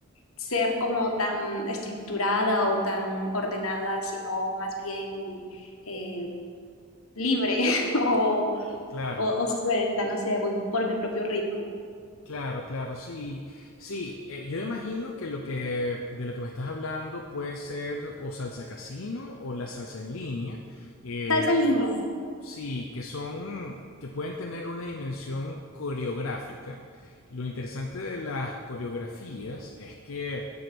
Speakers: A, on the left; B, on the left.
A: ser como tan estructurada o tan ordenada, sino más bien eh, libre <laughs> o,
B: Claro,
A: o o suelta, no sé, voy por mi propio ritmo.
B: claro, claro, sí. Sí, eh, yo imagino que lo que de lo que me estás hablando puede ser o salsa casino o la salsa en línea. eh,
A: Salsa en línea.
B: sí, que son que pueden tener una dimensión coreográfica. Lo interesante de las coreografías es que